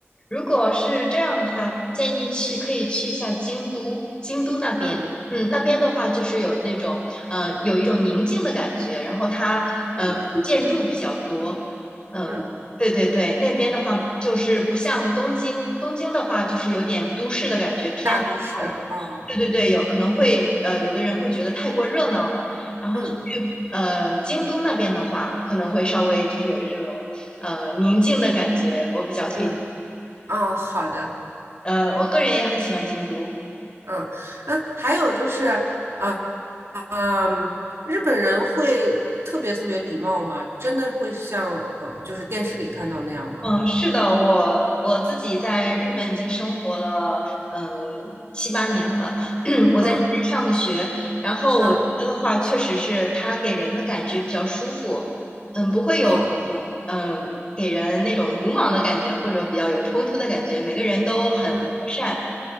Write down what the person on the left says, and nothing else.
如果是这样的话，建议去可以去一下京都，京都那边，
嗯，那边的话就是有那种呃，有一种宁静的感觉，然后它呃古建筑比较多，
嗯，
对对对，那边的话就是不像东京，东京的话就是有点都市的感觉偏。
对对对，有可能会呃，有的人会觉得太过热闹了，然后去
呃京都那边的话，可能会稍微就是有这种呃宁静的感觉，我比较推荐。
呃，我个人也很喜欢京都。
嗯，是的，我我自己在日本已经生活了，嗯，七八年了。<clears throat> 我在这边上的学，
然后我觉得的话，
确实是它给人的感觉比较舒服，嗯，不会有那种嗯给人那种鲁莽的感觉，
或者比较有冲突的感觉。每个人都很和善，